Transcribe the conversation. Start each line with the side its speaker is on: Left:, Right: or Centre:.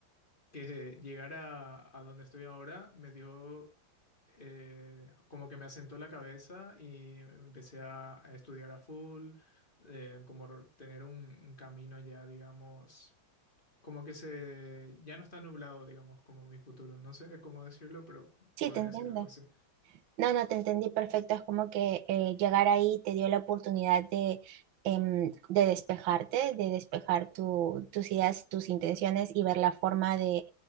Left: que llegar a, a donde estoy ahora me dio eh, como que me asentó la cabeza y empecé a, a estudiar a full, eh, como r- tener un, un camino ya, digamos, como que se ya no está nublado, digamos, como mi futuro. No sé cómo decirlo, pero
Right: sí,
Left: podría
Right: te entiendo.
Left: ser algo así.
Right: No, no, te entendí perfecto. Es como que eh, llegar ahí te dio la oportunidad de, em, de despejarte, de despejar tu- tus ideas, tus intenciones y ver la forma de,